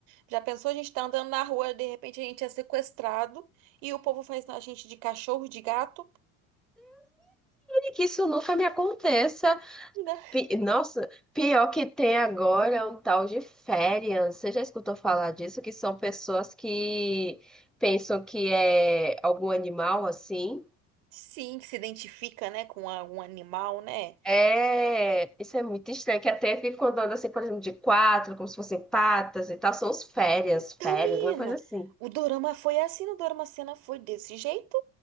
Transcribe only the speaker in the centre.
E que isso nunca me aconteça.
Pi- Nossa, pior que tem agora é um tal de férias. Você já escutou falar disso? Que são pessoas que pensam que é algum animal assim.
É, isso é muito estranho, que até ficam andando assim, por exemplo, de quatro, como se fossem patas e tal. São os férias,
férias,
uma coisa assim.